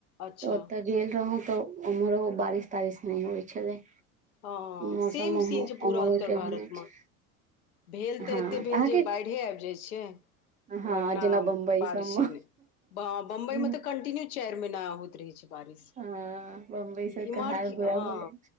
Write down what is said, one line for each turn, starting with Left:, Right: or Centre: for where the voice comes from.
Left: अच्छा
Right: तऽ ओतऽ गेल रहौ तऽ उम्हर रह बारिश तारिश नय होइ छलै
Left: हं
Right: मौसम
Left: सेम
Right: ओहो-
Left: सीन छै पूरा
Right: उम्हरो
Left: उत्तर
Right: के
Left: भारतमे
Right: ओहने छै
Left: भेल तऽ
Right: हँ
Left: एतेक भेल
Right: अहाँके
Left: जे बाढ़ि आबि जाइत छै
Right: हँ
Left: वरना
Right: जेना बम्बई
Left: बारिशे
Right: सबमे
Left: ने बम्बई
Right: जेना
Left: में तऽ कंटिन्यू चारि महिना होइत रहै छै बारिश
Right: हँ बम्बई सबके
Left: ई महर
Right: हाल
Left: ह
Right: बुरा भऽ जाइ